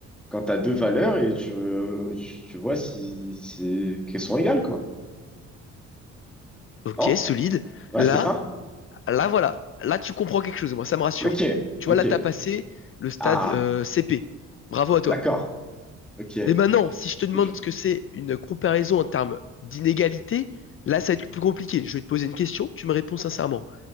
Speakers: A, in the centre; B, on the left.
A: quand t'as deux valeurs et tu, tu vois si, si, qu'elles sont égales, quoi.
B: Ok,
A: Non?
B: solide.
A: Ouais,
B: Là,
A: c'est ça?
B: là, voilà. Là, tu comprends quelque chose, moi, ça me rassure.
A: Ok,
B: Tu
A: ok.
B: vois, là, tu as passé le stade
A: Ah,
B: euh, CP. Bravo à toi.
A: d'accord. Ok,
B: Mais maintenant, si je te demande
A: c'est dur.
B: ce que c'est une comparaison en termes d'inégalité, là, ça va être plus compliqué. Je vais te poser une question, tu me réponds sincèrement.